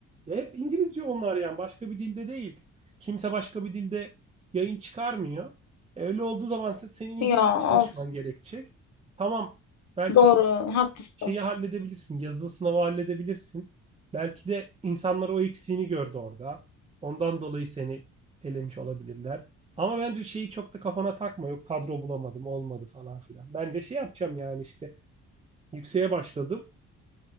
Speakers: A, on the right; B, on the left.
A: Ya hep İngilizce onlar yani. Başka bir dilde değil. Kimse başka bir dilde yayın çıkarmıyor. E, Öyle olduğu zaman se- senin İngilizce
B: Ya of
A: çalışman gerekecek. Tamam. Belki
B: doğru
A: işte
B: haklısın.
A: şeyi halledebilirsin. Yazılı sınavı halledebilirsin. Belki de insanlar o eksiğini gördü orada. Ondan dolayı seni elemiş olabilirler. Ama bence şeyi çok da kafana takma. Yok kadro bulamadım, olmadı falan filan. Ben de şey yapacağım yani işte yükseğe başladım.